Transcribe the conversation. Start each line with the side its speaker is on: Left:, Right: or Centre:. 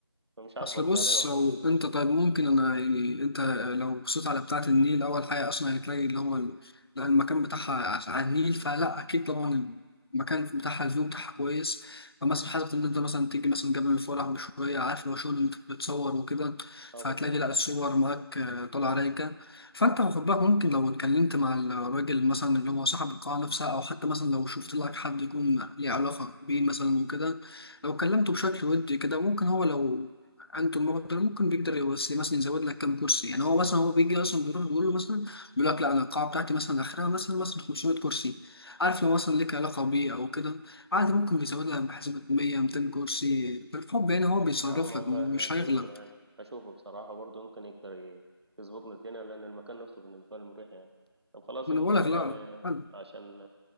Right: فمش عارف
Left: اصل
Right: اختار
Left: بص
Right: ايه والله
Left: او انت طيب ممكن انا يعني انت لو بصيت على بتاعة النيل اول حاجة اصلا هتلاقي اللي هو ال- لا المكان بتاعها عش- على النيل فلا اكيد طبعا المكان بتاعها الفيو بتاعها كويس فمثلا حاجة ان انت مثلا تيجي مثلا جبل الفرح بشوية عارف لو شغل انت بتصور وكده
Right: اه
Left: فهتلاقي
Right: بالظبط
Left: لا الصور معاك آه، طالعة رايقة فانت واخد بالك ممكن لو اتكلمت مع الراجل مثلا اللي هو صاحب القاعة نفسها او حتى مثلا لو شفت لك حد يكون ليه علاقة بيه مثلا وكده لو كلمته بشكل ودي كده ممكن هو لو عنده المبلغ ده ممكن بيقدر يوصي مثلا يزود لك كام كرسي يعني هو مثلا هو بيجي اصلا بيروح بيقول له مثلا بيقول لك لا انا القاعه بتاعتي مثلا اخرها مثلا مثلا 500 كرسي عارف لو مثلا ليك علاقه بيه او كده عادي ممكن بيزود لك بحسبه 100 200 كرسي بالحب يعني هو بيصرف
Right: يا عم والله
Left: لك مش
Right: هشوفه
Left: هيغلب
Right: يعني هشوفه بصراحة برضه ممكن يقدر ي- يظبط لي الدنيا لأن المكان نفسه بالنسبة لي مريح يعني طب خلاص
Left: ما
Right: المهم
Left: انا بقول لك لا
Right: يعني
Left: حلو
Right: عشان